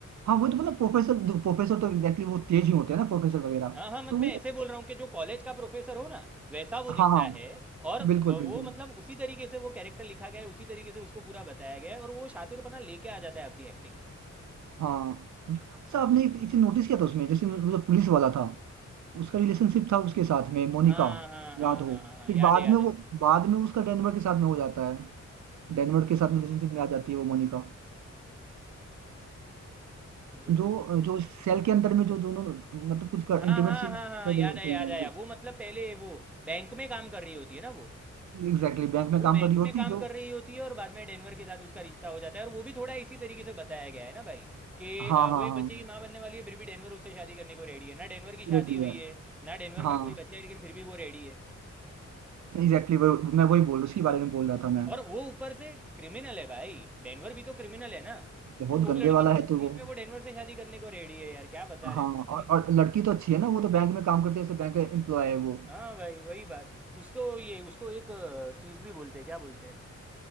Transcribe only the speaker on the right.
हाँ, वो तो मतलब प्रोफेसर प्रोफेसर तो एग्जैक्टली वो तेज ही होते हैं ना प्रोफेसर वगैरह
तो वो
हाँ हाँ
बिल्कुल
बिल्कुल
हाँ अच्छा आपने एक एक चीज नोटिस किया था उसमें जैसे मतलब पुलिस वाला था उसका रिलेशनशिप था उसके साथ में मोनिका
याद हो
फिर
बाद
में वो
बाद में उसका डेनवर के साथ में हो जाता है डेनवर के साथ रिलेशनशिप में आ जाती है वो मोनिका
जो
जो सेल के अंदर में जो दोनों मतलब कुछ कर
इंटीमेट
सीन
कर
रहे
होते
हैं
एग्जैक्टली बैंक में
काम
कर रही
होती
है जो
हाँ
हाँ
हाँ
लेडी
है
हाँ
एग्जैक्टली exactly, मैं वही बोल उसके बारे में बोल रहा था मैं
बहुत
गंदे
वाला
है
तो वो
हाँ
और,
और लड़की तो अच्छी है ना वो तो बैंक में काम करती है बैंक एम्प्लॉय है वो